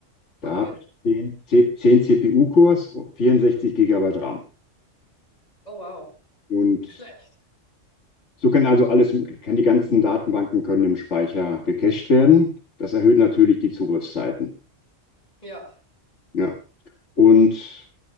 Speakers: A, on the left (about 65°); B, on the left (about 30°).
A: Da
B: Okay.
A: habe ich 10, 10 CPU-Cores, 64 Gigabyte RAM.
B: Oh, wow.
A: Und
B: Nicht schlecht.
A: So kann also alles, kann die ganzen Datenbanken können im Speicher gecached werden. Das erhöht natürlich die Zugriffszeiten.
B: Ja.
A: Ja. Und